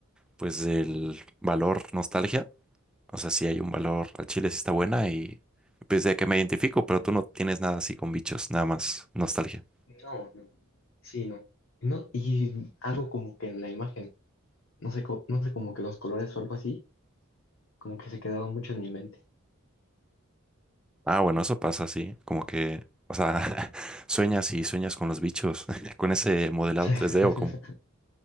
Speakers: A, in the centre; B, on the left (about 65°).
A: pues, del valor nostalgia, o sea, sí hay un valor al chile, sí está buena y pues de que me identifico, pero tú no tienes nada así con bichos, nada más nostalgia.
B: No, no. Sí, no. No, y algo como que en la imagen, no sé, co- no sé, como que los colores o algo así, como que se quedaron mucho en mi mente.
A: Ah, bueno, eso pasa, sí. Como que, o sea, <laughs> sueñas y sueñas con los bichos, <laughs> con ese modelado
B: <laughs>
A: tres d o como.